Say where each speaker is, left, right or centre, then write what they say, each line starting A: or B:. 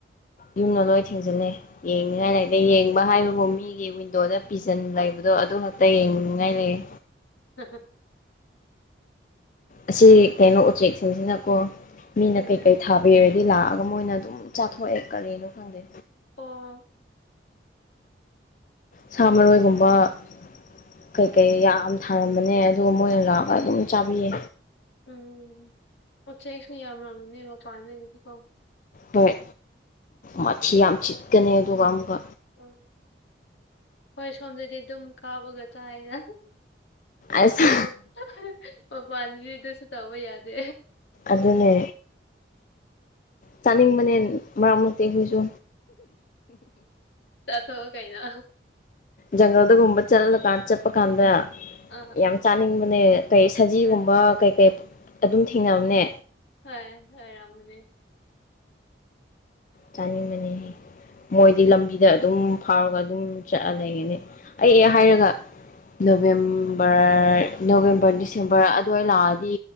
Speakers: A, on the left; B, on the left.
A: ꯌꯨꯝꯗ ꯂꯣꯏ ꯊꯦꯡꯖꯤꯜꯂꯦ ꯌꯦꯡꯅꯤꯡꯉꯥꯏ
B: ꯎꯝ
A: ꯂꯩꯗ ꯌꯦꯡꯕ ꯍꯥꯏꯕꯕꯨ ꯃꯤ ꯍꯥꯏꯗꯤ ꯋꯤꯟꯗꯣꯗ ꯄꯤꯖꯟ ꯂꯩꯕꯗꯣ ꯑꯗꯨ ꯈꯛꯇ ꯌꯦꯡꯅꯤꯡꯉꯥꯏ ꯂꯩꯌꯦ
B: ꯍꯥꯍꯥ꯫
A: ꯑꯁꯤ ꯀꯩꯅꯣ ꯎꯆꯦꯛꯁꯤꯡꯁꯤꯅꯀꯣ ꯃꯤꯅ
B: ꯎꯝ
A: ꯀꯩꯀꯩ ꯊꯥꯕ꯫ ꯕꯦꯌꯔꯗꯤ ꯂꯥꯛꯑꯒ ꯃꯣꯏꯅ ꯑꯗꯨꯝ ꯆꯥꯊꯣꯛꯑꯦ ꯀꯔꯤꯅꯣ ꯈꯪꯗꯦ꯫
B: ꯑꯣ꯫
A: ꯁꯥ ꯃꯔꯣꯏꯒꯨꯝꯕ ꯀꯩꯀꯩ ꯌꯥꯝ ꯊꯥꯔꯝꯕꯅꯦ ꯑꯗꯨꯒ ꯃꯣꯏꯅ ꯂꯥꯛꯑꯒ ꯑꯗꯨꯝ ꯆꯥꯕꯤꯌꯦ꯫
B: ꯎꯝ ꯎꯆꯦꯛꯁꯨ ꯌꯥꯝꯔꯝꯃꯅꯦꯕ ꯃꯄꯥꯟꯅꯒꯗꯤꯀꯣ꯫
A: ꯍꯣꯏ ꯃꯊꯤ ꯌꯥꯝ ꯆꯤꯠꯀꯅꯤ ꯑꯗꯨꯒ ꯑꯃꯨꯛꯀ
B: ꯎꯝ ꯍꯣꯏ ꯁꯣꯝꯗꯗꯤ ꯑꯗꯨꯝ ꯀꯥꯕꯒꯒ ꯆꯥꯏꯅ
A: ꯑꯁ
B: ꯑꯣ ꯃꯄꯥꯟꯕꯤꯗꯁꯨ ꯇꯕ ꯌꯥꯗꯦ
A: ꯑꯗꯨꯅꯦ ꯆꯥꯅꯤꯡꯕꯅꯦ ꯃꯔꯛ ꯃꯔꯛꯇꯤ ꯑꯩꯈꯣꯏꯁꯨ
B: ꯆꯠꯊꯣꯛꯑ ꯀꯩꯅꯣ
A: ꯖꯨꯪꯒꯜꯗ ꯒꯨꯝꯕ ꯆꯠꯂ ꯆꯠꯄ ꯀꯥꯟꯗ꯫
B: ꯑꯥ ꯑꯥ
A: ꯌꯥꯝ ꯆꯥꯅꯤꯡꯕꯅꯦ ꯀꯩ ꯁꯖꯤꯒꯨꯝꯕ
B: ꯍꯣꯏ
A: ꯀꯩ ꯀꯩ ꯑꯗꯨꯝ ꯊꯦꯡꯅꯕꯅꯦ꯫
B: ꯍꯣꯏ ꯂꯩꯔꯝꯒꯅꯤ꯫
A: ꯆꯥꯅꯤꯡꯉꯅꯤꯍꯦ ꯃꯣꯏꯗꯤ
B: ꯍꯣꯏ
A: ꯂꯝꯕꯤꯗ ꯑꯗꯨꯝ ꯐꯥꯎꯔꯒ ꯑꯗꯨꯝ ꯆꯠꯂ ꯂꯩꯉꯅꯤ꯫ ꯑꯩꯑꯦ ꯍꯥꯏꯔꯒ
B: ꯍꯣꯏ
A: ꯅꯕꯦꯝꯕꯔ ꯅꯕꯦꯝꯕꯔ ꯗꯤꯁꯦꯝꯕꯔ ꯑꯗꯨꯋꯥꯏ ꯂꯥꯛꯑꯗꯤ